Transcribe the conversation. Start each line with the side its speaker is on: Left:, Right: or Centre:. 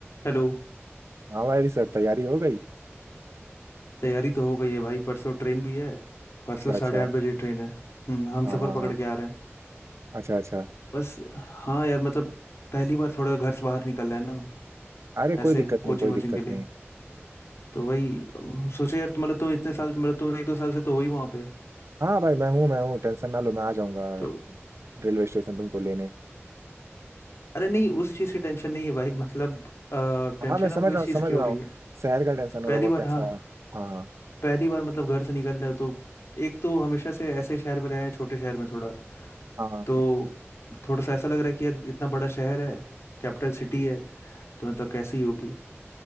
Left: Hello
Right: हाँ भाई सर तैयारी हो गई
Left: तैयारी तो हो गई है भाई परसों ट्रेन भी है परसों
Right: अच्छा अच्छा
Left: साढ़े आठ बजे ट्रेन है हम्म हम
Right: हाँ
Left: सफ़र
Right: हाँ हाँ
Left: पकड़ के आ रहे हैं
Right: अच्छा अच्छा
Left: बस हाँ यार मतलब पहली बार थोड़ा घर से बाहर निकल रहे हैं ना
Right: अरे
Left: ऐसे
Right: कोई दिक्कत
Left: कोचिंग
Right: नहीं कोई
Left: वोचिंग
Right: दिक्कत
Left: के लिए
Right: नहीं
Left: तो वही अ, सोचा यार तुम- मतलब तुम इतने साल मतलब तुम एक दो साल से तो हो ही वहाँ पे
Right: हाँ भाई मैं हूँ मैं हूँ टेंशन ना लो मैं आ जाऊंगा
Left: तो
Right: रेलवे स्टेशन तुमको लेने
Left: अरे नहीं उस चीज़ की टेंशन नहीं है भाई मतलब टेंशन
Right: हाँ मैं समझ
Left: हमको
Right: रहा
Left: इस
Right: हूँ
Left: चीज़
Right: समझ
Left: की
Right: रहा
Left: हो रही
Right: हूँ
Left: है
Right: शहर का टेंशन हो
Left: पहली
Right: रहा होगा
Left: बार
Right: कैसा
Left: हाँ
Right: है हाँ हाँ
Left: पहली बार मतलब घर से निकल रहे हो तो एक तो हमेशा से ऐसे शहर में रहे हैं छोटे शहर में थोड़ा
Right: हाँ हाँ।
Left: तो
Right: हाँ।
Left: थोड़ा सा ऐसा लग रहा है कि यार इतना बड़ा शहर है कैपिटल सिटी है तो मतलब कैसी होगी